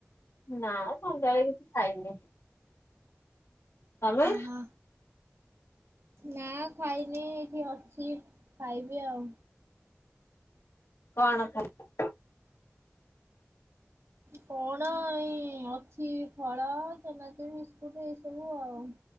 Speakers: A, on the left (about 80°); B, on the right (about 75°).
A: ନାଁ ସଂଧ୍ୟାଳେ କିଛି ଖାଇନି। ତମେ?
B: ଅ ହ ନାଁ ଖାଇନି ଏଇଠି ଅଛି ଖାଇବି ଆଉ।
A: କଣ ଖାଇଲ?
B: କଣ ଏଇ ଅଛି ଫଳ ଚେନାଚୁର ବିସ୍କୁଟ ଏଇ ସବୁ ଆଉ